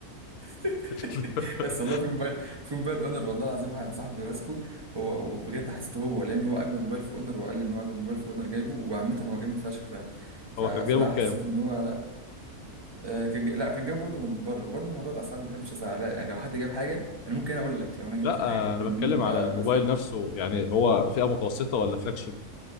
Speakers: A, on the right (about 20°); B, on the left (about 75°).
A: <laughs>
B: <laughs>
A: بس والله في موبايل في موبايل اونر والله العظيم واحد صاحبي ماسكه هو وبجد حسيته هو لان هو اجمد موبايل في اونر وقال لي ان هو اجمد موبايل في اونر جايبه وعامه هو جامد فشخ فعلا ف...
B: هو
A: فلا
B: كان جايبه بكام؟
A: حسيت ان هو لا آه، كان جا... لا كان جايبه برضه من بره وبرضه موضوع الاسعار ما بحبش اسال عليها يعني لو حد جاب حاجه انا ممكن اقول لك لو انا جبت
B: لا
A: الحاجه
B: آه، أنا
A: انما
B: بتكلم على الموبايل
A: ما بسالش
B: نفسه يعني هو فئة متوسطة ولا فلاج شيب؟